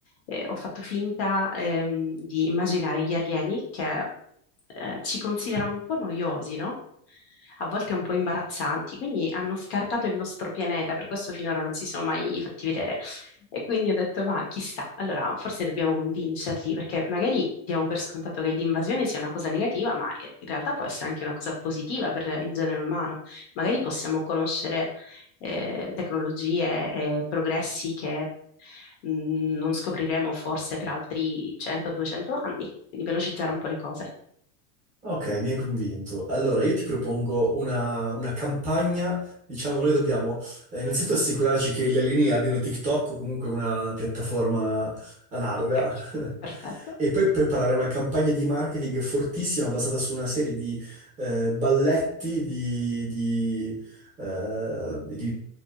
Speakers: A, on the left (about 45°); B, on the right (about 15°).
A: eh, ho fatto finta ehm, di immaginare gli alieni che eh, ci considerano un po' noiosi, no? A volte un po' imbarazzanti, quindi hanno scartato il nostro pianeta, per questo finora non si sono mai fatti vedere. E quindi ho detto, ma chissà, allora forse dobbiamo convincerli, perché magari diamo per scontato che l'invasione sia una cosa negativa, ma in realtà può essere anche una cosa positiva per il genere umano magari possiamo conoscere eh, tecnologie e progressi che mh, non scopriremo forse per altri 100-200 anni, quindi velocizzare un po' le cose.
B: Ok, mi hai convinto. Allora, io ti propongo una, una campagna. Diciamo, noi dobbiamo eh, innanzitutto assicurarci che gli alieni abbiano TikTok o comunque una piattaforma analoga.
A: Ok,
B: <laughs>
A: perfetto.
B: E poi preparare una campagna di marketing fortissima basata su una serie di eh, balletti di, di, eh, di